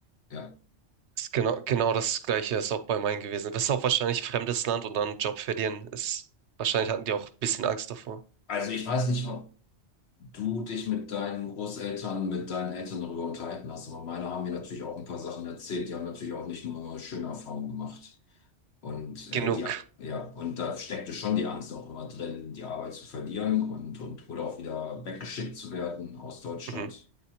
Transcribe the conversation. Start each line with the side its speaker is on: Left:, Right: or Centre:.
Left: Ja.
Right: Ist Genau, genau das Gleiche ist auch bei meinen gewesen. Das ist auch wahrscheinlich fremdes Land und dann Job verlieren ist, wahrscheinlich hatten die auch ein bisschen Angst davor.
Left: Also ich weiß nicht, ob du dich mit deinen Großeltern, mit deinen Eltern darüber unterhalten hast, aber meine haben mir natürlich auch ein paar Sachen erzählt. Die haben natürlich auch nicht nur schöne Erfahrungen gemacht. Und äh,
Right: Genug.
Left: die, ja, und da steckte schon die Angst auch immer drin, die Arbeit zu verlieren und, und oder auch wieder weggeschickt zu werden aus Deutschland.
Right: Mhm.